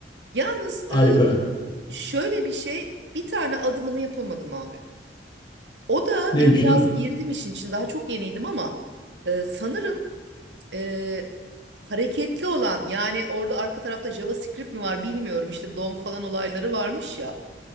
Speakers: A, on the right; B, on the left.
A: Yalnız
B: harika.
A: e, şöyle bir şey bir tane adımını yapamadım abi. O da
B: Neymiş
A: e, biraz
B: o?
A: girdim işin içine daha çok yeniydim ama e, sanırım e, hareketli olan yani orada arka tarafta JavaScript mi var bilmiyorum işte DOM falan olayları varmış ya.